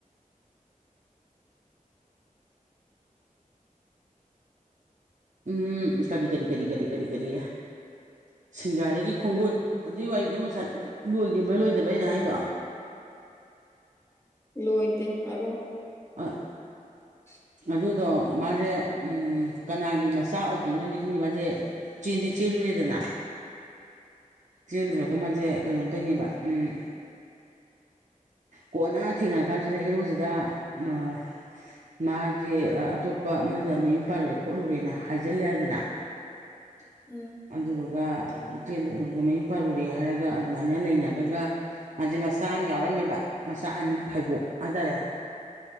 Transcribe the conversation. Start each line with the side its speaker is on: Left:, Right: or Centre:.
Right: ꯎꯝ ꯀꯔꯤ ꯀꯔꯤ ꯀꯔꯤ ꯀꯔꯤ ꯀꯔꯤ ꯀꯔꯤ ꯁꯤꯡꯒꯔꯩꯒꯤ ꯈꯣꯡꯒꯨꯟ ꯑꯗꯨꯏ ꯋꯥꯔꯤꯗꯣ ꯉꯁꯥꯏ ꯂꯣꯏꯈꯤꯕ꯭ꯔꯥ ꯂꯣꯏꯗꯕ꯭ꯔꯅ ꯑꯩꯅꯥ ꯍꯥꯏꯗꯣ
Left: ꯂꯣꯏꯗꯦ ꯑꯣ
Right: ꯑ
Left: ꯎ
Right: ꯑꯗꯨꯗꯣ ꯃꯥꯁꯦ ꯎꯝ ꯀꯅꯥꯒꯤ ꯃꯆꯥ ꯑꯣꯏꯗꯣꯏꯅꯣꯗꯤ ꯈꯪꯗꯦ ꯃꯥꯁꯦ ꯆꯦꯟꯗꯤ ꯆꯦꯜꯂꯨꯔꯦꯗꯅ ꯆꯦꯜꯂꯨꯔꯒ ꯃꯥꯁꯦ ꯀꯩꯅꯣ ꯇꯧꯏꯅꯦꯕ ꯎꯝ ꯀꯣꯟꯅ ꯊꯦꯡꯅꯔ ꯀꯥꯟꯁꯤꯗ ꯍꯦꯔꯣꯁꯤꯗ ꯃꯥ ꯃꯥꯁꯦ ꯑꯇꯣꯞꯄ ꯑꯃꯗ ꯃꯌꯨꯝ ꯄꯥꯜꯂꯨꯔꯦ ꯈꯣꯠꯂꯨꯔꯦꯅ ꯍꯥꯏꯖꯤꯜꯂꯦ ꯍꯥꯏꯗꯅ <unintelligible>
Left: ꯎꯝ
Right: ꯑꯗꯨꯗꯨꯒ ꯆꯦꯜꯂꯨꯔꯒ ꯃꯌꯨꯝ ꯄꯥꯜꯂꯨꯔꯦ ꯍꯥꯏꯔꯒ ꯑꯗꯨꯃꯥꯏꯅ ꯂꯩꯅꯒ꯭ꯔꯒ ꯃꯥꯁꯦ ꯃꯆꯥ ꯑꯃ ꯌꯥꯎꯔꯝꯃꯦꯕ ꯃꯆꯥ ꯑꯅꯤ ꯐꯥꯏꯕꯣꯛ ꯍꯥꯏꯇꯥꯔꯦ